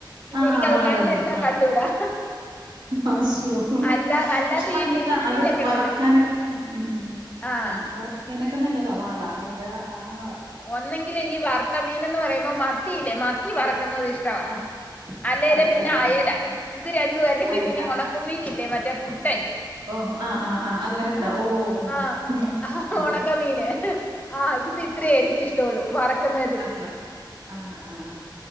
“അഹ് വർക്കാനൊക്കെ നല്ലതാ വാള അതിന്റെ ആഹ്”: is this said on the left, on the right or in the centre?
Right